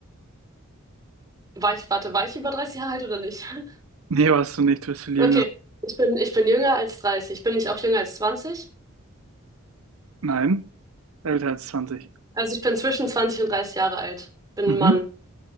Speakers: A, on the right; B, on the right.
A: War ich, warte, war ich über 30 Jahre alt oder nicht? <laughs>
B: Nee, warst du nicht. Du bist viel
A: Okay.
B: jünger.
A: Ich bin, ich bin jünger als dreißig. Bin ich auch jünger als 20?
B: Nein. Älter als 20.
A: Also ich bin zwischen zwanzig und 30 Jahre alt. Bin
B: Mhm.
A: ein Mann.